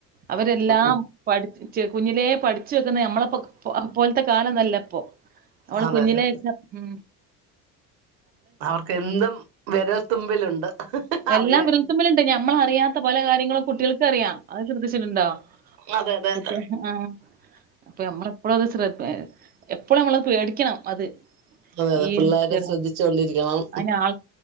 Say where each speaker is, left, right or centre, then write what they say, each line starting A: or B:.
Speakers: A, on the right (about 25°); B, on the right (about 65°).
A: അവരെല്ലാം
B: ഉം
A: പടിച്ച് കുഞ്ഞിലേ പഠിച്ചുവെ നമ്മള പോ പോലത്തെ കാലോന്നല്ല പ്പോ അവള്
B: അതെ
A: കുഞ്ഞിലേക്കെ
B: അതെ
A: ഉ
B: അവർക്ക് എന്തും വിരൽത്തുമ്പിലുണ്ട് അറിയാൻ
A: എല്ലാം വിരുത്തുമ്മലുണ്ട് ഞമ്മൾ അറിയാത്ത പല കാര്യങ്ങളും കുട്ടികൾക്ക് അറിയാം അത് ശ്രദ്ധിച്ചിട്ടുണ്ടോ
B: അതെ അതെ
A: കുട്ട്യാ
B: അതെ
A: ആ ആ അപ്പമ്മ എപ്പോഴും അത് ശ്രദ്ധ എപ്പോളുമ്മളത് പേടിക്കണം അത്
B: അതെ
A: ഈ
B: പിള്ളോര
A: ചെറിയ
B: ശ്രദ്ധിച്ചു കൊണ്ടിരിക്കണം
A: അയിന് ആൾ